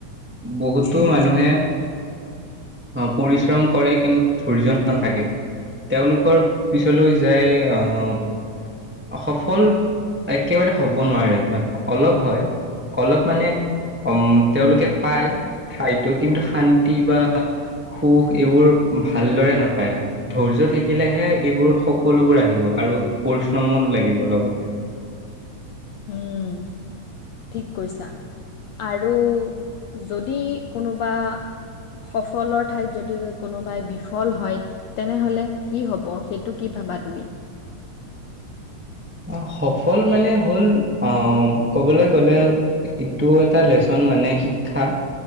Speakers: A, on the right; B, on the left.
A: বহুতো মানুহে আহ পৰিশ্ৰম কৰে কিন্তু ধৈৰ্য নথাকে তেওঁলোকৰ পিছলৈ যায় আহ সফল একেবাৰে হ'ব নোৱাৰে অলপ হয় অলপ মানে উম তেওঁলোকে পায় ঠাইতো কিন্তু শান্তি বা সুখ এইবোৰ ভালদৰে নাপায় ধৈৰ্য থাকিলেহে এইবোৰ সকলোবোৰ আহিব আৰু আৰু পৰিশ্ৰমো লাগিব লগতে
B: উম ঠিক কৈছা আৰু যদি যদি কোনোবা সফলৰ ঠাইত যদি কোনোবাই বিফল হয় তেনেহলে কি হব সেইটো কি পাবা তুমি
A: অ সফল মানে হ'ল অ ক'বলৈ গ'লে ইটো এটা লেচন মানে শিক্ষা